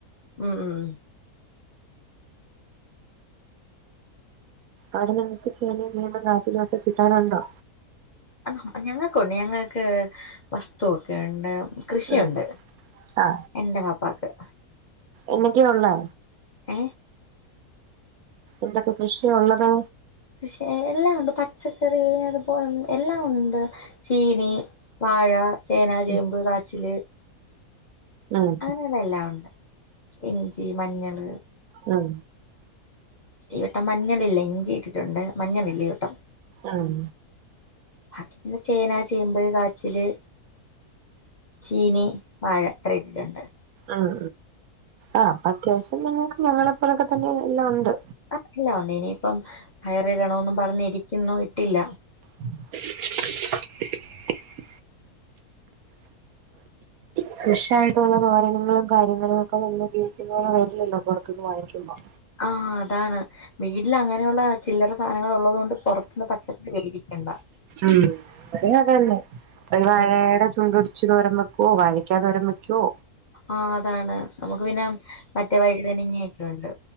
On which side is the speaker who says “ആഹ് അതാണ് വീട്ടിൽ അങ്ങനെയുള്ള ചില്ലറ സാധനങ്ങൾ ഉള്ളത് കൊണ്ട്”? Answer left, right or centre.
Left